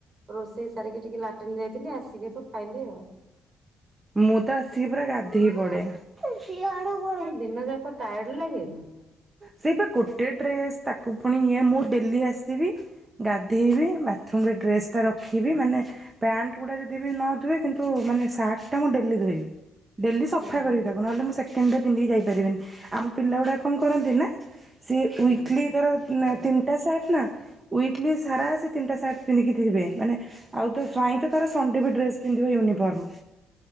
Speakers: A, on the right; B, on the right.
A: ରୋଷେଇ ସାରିକି ଟିକେ ଲାଟିନ୍ ଯାଇଥିଲି। ଆସିକି ତ ଖାଇଲି ଆଉ।
B: ମୁଁ ତ ଆସିକି ପୁରା ଗାଧେଇ ପଡେ। ଏଁ ସିଆଡେ ଗୋ
A: ନାଁ ଦିନ ଯାକ ଟାୟାର୍ଡ ଲାଗେନି।
B: ସିଏ ପା ଗୋଟେ ଡ୍ରେସ୍ ତାକୁ ପୁଣି ଇଏ ମୁଁ ଡେଲି ଆସିବି। ଗାଧେଇବି ବାଥରୁମ୍ରେ ଡ୍ରେସ ଟା ରଖିବି ମାନେ ପ୍ୟାଣ୍ଟ ଗୁଡା ଯଦି ବି ନ ଧୁଏ କିନ୍ତୁ ମାନେ ସାର୍ଟ ଟା ମୁଁ ଡେଲି ଧୋଇବି ଡେଲି ସଫା
A: ଓହୋ
B: କରିବି ତାକୁ। ନ ହେଲେ ମୁଁ ସେକେଣ୍ଡ ରେ ପିନ୍ଧିକିଯାଇ ପାରିବିନି। ଆମ ପିଲା ଗୁଡା କଣ କରନ୍ତି ନାଁ? ସେ
A: ହୁଁ
B: ୱକିଲି ତାର ଉଁ ତିନିଟା ସାର୍ଟ ନାଁ। ୱକିଲି ସାରା ସେ ତିନିଟା ସାର୍ଟ ପିନ୍ଧିକି ଥିବେ ମାନେ ଆଉ ତୋ ଜ୍ୱାଇଁ ତାର ସନଣ୍ଡେ ବି ଡ୍ରେସ ପିନ୍ଧିବେ ୟୁନିଫର୍ମ।